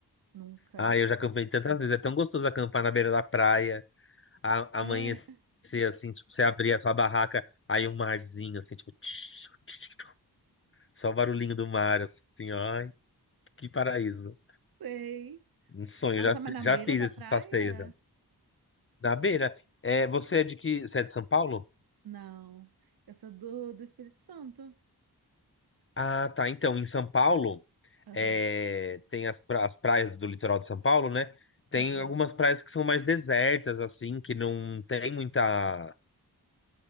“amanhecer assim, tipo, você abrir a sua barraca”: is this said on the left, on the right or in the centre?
Left